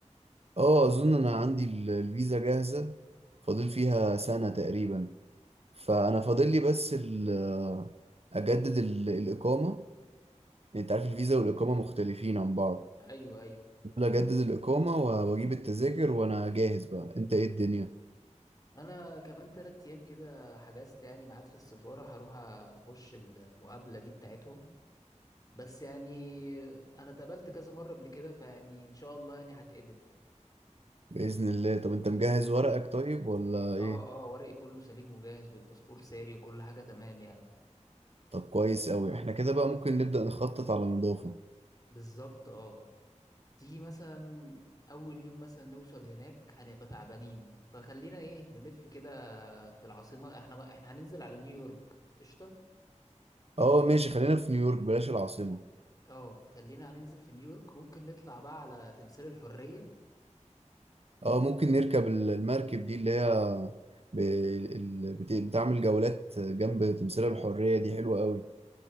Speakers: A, on the right; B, on the left.
A: اه اظن انا عندي ال- الفيزا جاهزة فاضل فيها سنة تقريبا فانا فاضل لي بس ال- آه، اجدد ال- الاقامة يعني انت عارف الفيزا والاقامه مختلفين عن بعض
B: ايوه ايوه
A: ممكن اجدد الاقامه واجيب التذاكر وانا جاهز بقى انت ايه الدنيا
B: انا كمان تلات ايام كده حجزت يعني ميعاد في السفارة هروح اخش المقابلة دي بتاعتهم بس يعني انا اتقابلت كذا مرة قبل كده فيعني ان شاء الله يعني هتقبل
A: باذن الله طب انت مجهز ورقك طيب ولا ايه
B: اه اه ورقي كله سليم وجاهز والباسبور ساري وكل حاجة تمام يعني
A: طب كويس قوي احنا كده بقى ممكن نبدا نخطط على نظافه
B: بالظبط اه تيجي مثلا اول يوم مثلا نوصل هناك هنبقى تعبانين فخلينا ايه نلف كده في العاصمة احنا بقى احنا هننزل على نيويورك قشطة
A: اه ماشي خلينا في نيويورك بلاش العاصمه
B: اه خلينا هننزل في نيويورك ممكن نطلع بقى على تمثال الحرية
A: اه ممكن نركب ال- المركب دي اللي هي ب... ال- بت- بتعمل جولات جنب تمثال الحريه دي حلوه قوي